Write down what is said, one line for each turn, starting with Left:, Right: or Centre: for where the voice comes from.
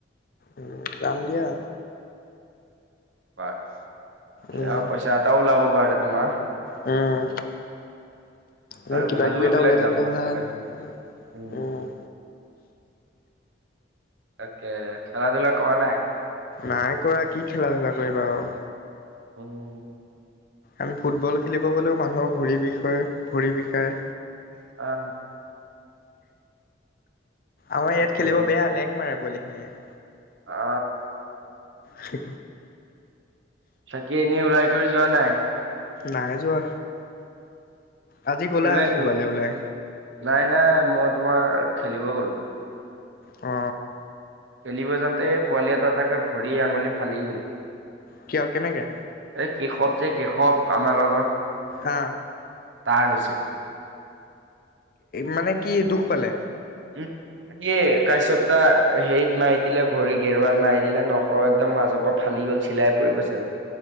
Left: উম যাম দিয়া।
Right: বাৰ
Left: উম
Right: পইচাটাও ওলাব পাৰে তোমাৰ।
Left: উম। এনে
Right: আৰু
Left: কিবা
Right: ভালো
Left: কিবি এটা
Right: এইবিলাক
Left: ওলাই থাকিলে
Right: যাব কৰিব
Left: ভাল
Right: লাগে
Left: উম
Right: উম,
Left: ওম।
Right: তাকে খেলা ধূলা কৰা নাই।
Left: নাই কৰা কি খেলা ধূলা কৰিবা আৰু
Right: ওম।
Left: আমি ফুটবল খেলিব গ'লেও মানুহৰ ভৰি বিষ ভৰি বিষায়।
Right: অ।
Left: আমাৰ
Right: তাকে
Left: ইয়াত খেলিব বেয়া লেং মাৰে পোৱালি খিনিয়ে।
Right: অ।
Left: হি।
Right: চাকি এনেই ওলাই কৰি যোৱা নাই।
Left: নাই যোৱা। আজি গ'লা
Right: এইবিলাক
Left: ক'বালৈ ওলাই।
Right: নাই নাই মই তোমাৰ খেলিব গলোঁ।
Left: অ।
Right: খেলিব যওঁতে এই পোৱালি এটা তাকে ভৰি আঙুলি ফালি গ'ল।
Left: কিয় কেনেকে
Right: এই কেশৱ যে কেশৱ আমাৰ লগৰ।
Left: অ।
Right: তাৰ হৈছে।
Left: মানে কি দুখ পালে।
Right: ওম। এই কাশ্যপ্তটা হেৰিত মাৰি দিলে ভৰি গেৰুৱাত মাৰি দিলে নখৰ একদম মাজত পৰা ফালি। কি হ'ল চিলাই পৰিব চাগৈ।